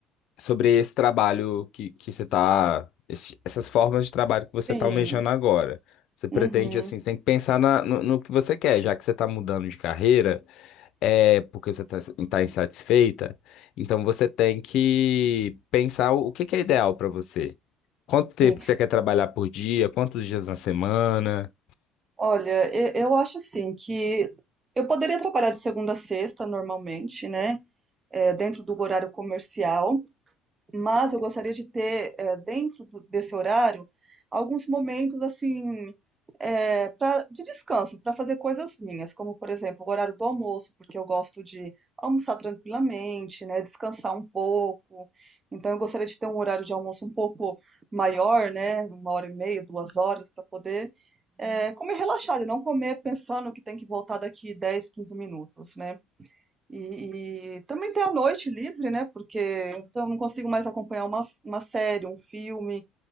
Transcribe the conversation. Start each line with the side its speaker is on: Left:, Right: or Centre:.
Left: sobre esse trabalho que, que você está essas formas de trabalho que você
Right: sim,
Left: está almejando agora. Você pretende,
Right: uhum,
Left: assim, você tem que pensar na- no, no que você quer, já que você está mudando de carreira, é porque você está tá insatisfeita, então você tem que pensar o, o que que é ideal para você. Quanto
Right: sim.
Left: tempo que você quer trabalhar por dia, quantos dias na semana?
Right: Olha, e- eu, acho assim que eu poderia trabalhar de segunda a sexta normalmente, né? É, dentro do horário comercial. mas eu gostaria de ter eh, dentro do- desse horário alguns momentos assim eh, pra- de descanso para fazer coisas minhas, como por exemplo o horário do almoço, porque eu gosto de almoçar tranquilamente, né, descansar um pouco. Então eu gostaria de ter um horário de almoço um pouco maior, né, uma hora e meia, duas horas para poder eh, comer relaxado e não comer pensando que tem que voltar daqui 10, 15 minutos, né? E, e também ter a noite livre, né? Porque então eu não consigo mais acompanhar uma, uma série, um filme.